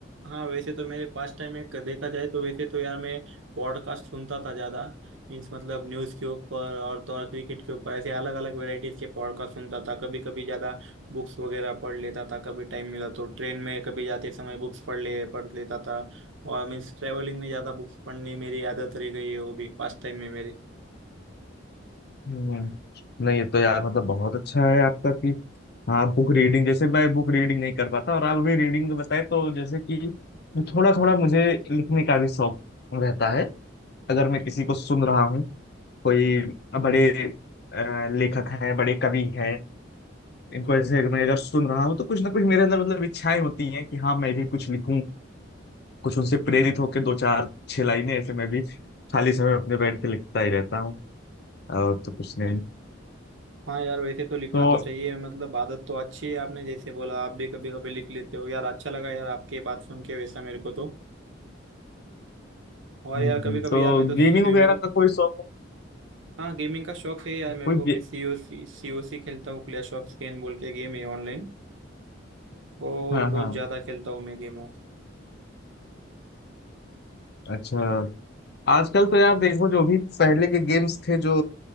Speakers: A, on the right (about 80°); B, on the left (about 55°).
A: हाँ वैसे तो मेरे पास टाइम में क- देखा जाए तो वैसे तो यार मैं पॉडकास्ट सुनता था ज्यादा मीन्स मतलब न्यूज़ के ऊपर और तो और क्रिकेट के ऊपर ऐसे अलग अलग वैरायटीज के पॉडकास्ट सुनता था कभी कभी ज्यादा बुक्स वगैरह पढ़ लेता था कभी टाइम मिला तो ट्रेन में कभी जाते समय बुक्स पढ़ ले पढ़ लेता था और मीन्स ट्रेवलिंग में ज्यादा बुक्स पढ़नी मेरी आदत रह गई है वो भी पास टाइम में मेरे
B: हम्म, नहीं ये तो यार मतलब बहुत अच्छा है आपका कि हाँ बुक रीडिंग जैसे मैं बुक रीडिंग नहीं कर पाता और आप अभी रीडिंग बताए तो जैसे कि थोड़ा थोड़ा मुझे लिखने का भी शौक रहता है अगर मैं किसी को सुन रहा हूँ कोई बड़े अ, लेखक हैं बड़े कवि हैं इनको ऐसे अगर मैं अगर सुन रहा हूँ तो कुछ ना कुछ मेरे अंदर मतलब इच्छाएं होती हैं कि हाँ मैं भी कुछ लिखूं कुछ उनसे प्रेरित होकर दो चार छह लाइनें ऐसे मैं भी खाली समय अपने बैठ के लिखता ही रहता हूँ और तो कुछ नहीं
A: हाँ यार वैसे तो लिखना
B: तो
A: तो चाहिए मतलब आदत तो अच्छी है आपने जैसे बोला आप भी कभी कभी लिख लेते हो यार अच्छा लगा यार आपके बात सुन के वैसा मेरे को तो और
B: हम्म,
A: यार कभी कभी
B: तो
A: यार मैं तो स्विमिंग
B: गेमिंग वगैरह का कोई शौक
A: हाँ गेमिंग का शौक है यार
B: है?
A: मेरे
B: कोई
A: को मैं
B: गे...
A: सीओसी सीओसी खेलता हूँ क्लैश ऑफ स्कैन बोल के गेम है ऑनलाइन वो
B: हाँ
A: बहुत
B: हाँ
A: ज्यादा खेलता हूँ मैं गेमों
B: अच्छा आजकल तो यार देखो जो भी पहले के गेम्स थे जो